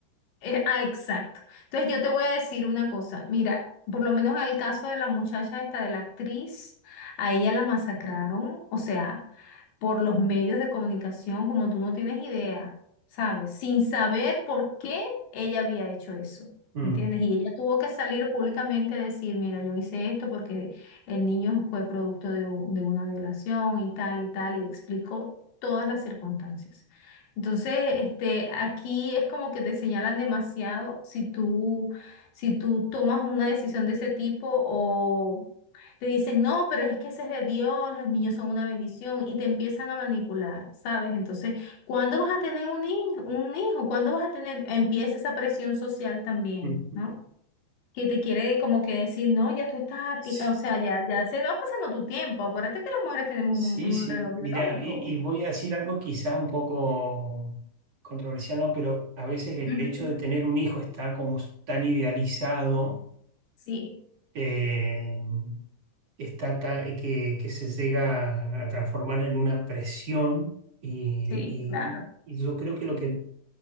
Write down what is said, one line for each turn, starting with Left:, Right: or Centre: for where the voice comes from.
Left: Eh, ah, exacto. Entonces yo te voy a decir una cosa. Mira, por lo menos en el caso de la muchacha esta, de la actriz, a ella la masacraron, o sea, por los medios de comunicación, como tú no tienes idea, ¿sabes? Sin saber por qué ella había hecho eso.
Right: Mm.
Left: ¿Entiendes? Y ella tuvo que salir públicamente a decir, mira, yo hice esto porque el niño fue producto de, u- de una violación y tal y tal, y explicó todas las circunstancias. Entonces, este, aquí es como que te señalan demasiado si tú, si tú tomas una decisión de ese tipo o te dicen, no, pero es que ese es de Dios, los niños son una bendición y te empiezan a manipular, ¿sabes? Entonces, ¿cuándo vas a tener un niño, un hijo? ¿Cuándo vas a tener? Empieza esa presión social también,
Right: Mm.
Left: ¿no? que te quiere como que decir, no, ya tú estás, a
Right: Sí,
Left: ti- o sea, ya, ya se va pasando tu tiempo. Acuérdate que las mujeres tenemos
Right: sí,
Left: un, un
Right: sí.
Left: reloj biológico.
Right: Mira, y, y voy a decir algo quizá un poco controversial, ¿no? Pero a veces el
Left: Ujú.
Right: hecho de tener un hijo está como tan idealizado.
Left: Sí,
Right: eh, está ta- que, que se llega a transformar en una presión y,
Left: sí, claro.
Right: y- y yo creo que lo que